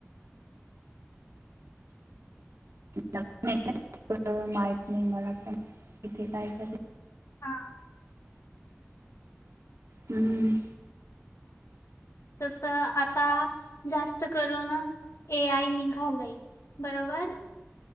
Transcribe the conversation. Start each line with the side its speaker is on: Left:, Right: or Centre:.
Right: माहित नाही मला पण इथे काय कर?
Left: हा
Right: हं...
Left: तस आता जास्त करून ए आय निघालय.... बरोबर....